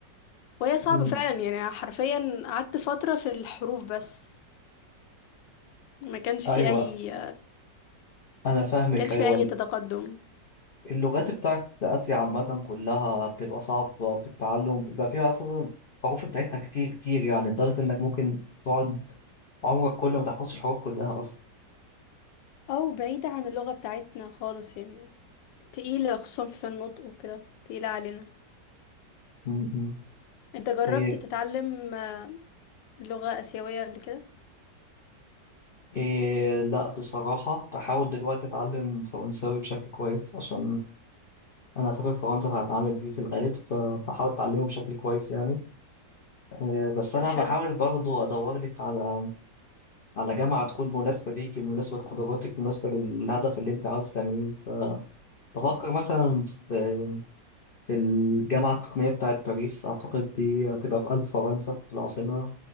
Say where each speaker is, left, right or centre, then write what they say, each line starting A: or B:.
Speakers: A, on the left; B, on the left.
A: وهي صعبه
B: م.
A: فعلا يعني أنا حرفيا قعدت فتره في الحروف بس ما كانش
B: ايوه
A: في اي
B: أنا فاهمك
A: كانش
B: أيوة
A: في اي تقدم
B: اللغات بتاعت آسيا عامة كلها بتبقى صعبة في التعلم بيبقى فيها أصلا الحروف بتاعتها كتير كتير يعني لدرجة إنك ممكن تقعد عمرك كله ما تحفظش الحروف كلها أصلا
A: او بعيدة عن اللغة بتاعتنا خالص يعني تقيلة خصوصا في النطق وكده تقيلة علينا
B: م- م.
A: انت جربت
B: طيب
A: تتعلم آه، لغة آسيوية قبل كده
B: إيه لا بصراحة بحاول دلوقتي أتعلم فرنساوي بشكل كويس عشان أنا هسافر فرنسا فهتعامل بيه في الغالب فبحاول أتعلمه بشكل كويس يعني إيه بس
A: آه،
B: أنا
A: حلو
B: بحاول برضو أدور لك على على جامعة تكون مناسبة ليك مناسبة لقدراتك مناسبة للهدف اللي أنت عاوز تعمله فبفكر مثلا في في الجامعة التقنية بتاعة باريس أعتقد دي هتبقى في قلب فرنسا في العاصمة